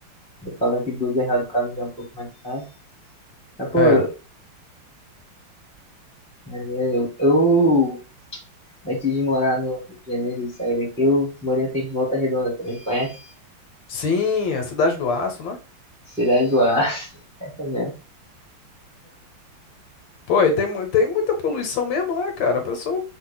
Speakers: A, in the centre; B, on the left.
A: Eu falo que blusa errado, o caso já é um pouco mais caro. Mas, pô,
B: É.
A: maneiro. Eu, eu, antes de morar no Rio de Janeiro e sair daqui, eu morei um tempo em Volta Redonda, também conhece?
B: Sim, é a Cidade do Aço, né?
A: Cidade do Aço. <laughs> Essa mesmo.
B: Pô, e tem, mu- tem muita poluição mesmo lá, cara. O pessoal